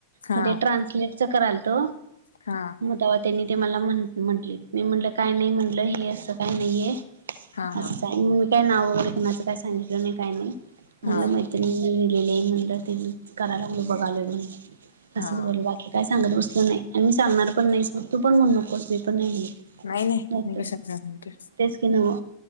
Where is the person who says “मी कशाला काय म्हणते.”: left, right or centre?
Left